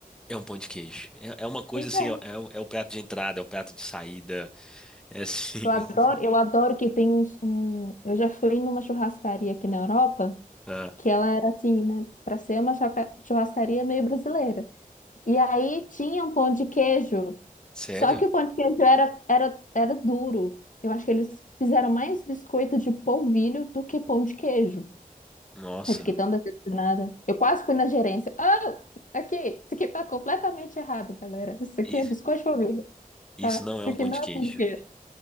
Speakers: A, in the centre; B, on the left.
A: É um pão de queijo. É, é uma coisa
B: Pois
A: assim,
B: é.
A: é, é o é o prato de entrada, é o prato de saída. É assim.
B: Eu adoro,
A: <laughs>
B: eu adoro que tem uns, um... Eu já fui numa churrascaria aqui na Europa,
A: Ah,
B: que ela era assim, né? Pra ser uma chaca- churrascaria meio brasileira. E aí tinha um pão de queijo.
A: sério?
B: Só que o pão de queijo era, era, era duro. Eu acho que eles fizeram mais biscoito de polvilho do que pão de queijo.
A: Nossa.
B: Eu fiquei tão decepcionada. Eu quase fui na gerência. Ah, aqui, isso aqui tá completamente errado, galera. Isso aqui
A: Isso,
B: é biscoito de polvilho,
A: isso
B: tá?
A: não
B: Isso
A: é um
B: aqui
A: pão
B: não
A: de queijo.
B: é pão de queijo.